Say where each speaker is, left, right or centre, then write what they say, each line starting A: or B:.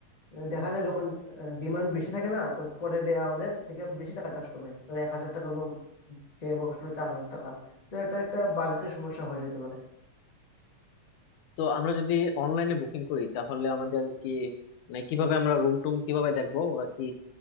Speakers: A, on the left; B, on the left.
A: আহ, দেখা যায় যখন ডিমান্ড বেশি থাকে না তো পরে দেয়া আমাদের থেকে বেশি টাকা চার্জ করবে ধরো এক হাজার টাকা রুম চেয়ে বসলো চার হাজার টাকা তো এটা একটা বাজেটের সমস্যা হয়ে যেতে পারে
B: তো আমরা যদি অনলাইনে বুকিং করি তাহলে আমাদের কি মানে কিভাবে আমরা রুম টুম কিভাবে দেখবো ওরা কি